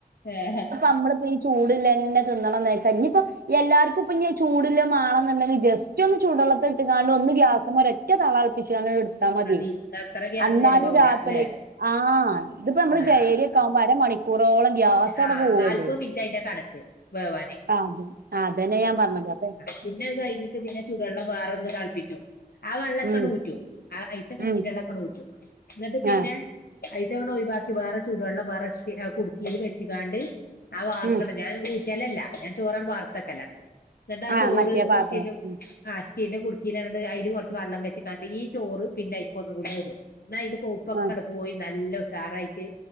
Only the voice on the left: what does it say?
ഏഹ്
മതി എന്നാ അത്ര ഗ്യാസ്
ചെലവാവൂല അല്ലെ
ആഹ്
ആഹ് നാല്പത് മിനിറ്റ് അയിന്റെ കണക്ക് വേവാന്
പിന്നത് കയ്ഞ്ഞിട്ട് പിന്നെ ചൂടെള്ളം വേറൊന്ന് തൾപ്പിച്ചും ആ വെള്ളക്കണൂറ്റും
ആ അയിത്തെകാഞ്ഞിന്റള്ളക്കണൂറ്റും
ന്ന്ട്ട് പിന്നെ
അയിത്തക്കണൊയ് വാക്കി വേറെ ചൂട് വെള്ളം വേറെച്ച് ഏഹ് കുട്ക്കീല് വെച്ച്ക്കാണ്ട് അത് വാർക്കണ്
ഞാൻ ഊറ്റലല്ല ഞാൻ ചോറണ് വാർത്തെക്കലാണ്. ന്ന്ട്ടാചോറ്
ഇഷ്ട്ടീലും
ആഹ് ഇ സ്റ്റീല്ന്റെ കുട്ക്കേലങ്ങെട്ട് അയില്കൊറച്ച് വള്ളംവെച്ച്ക്കാണ്ട് ഈചോറ് പിന്നയ്ക്കൊന്നുംകൂട്യാണ് വെക്കും ന്നയ്ൻ്റെ കൂ പ്പൊക്കണ്ട്പോയി
നല്ലഉസാറായിട്ട്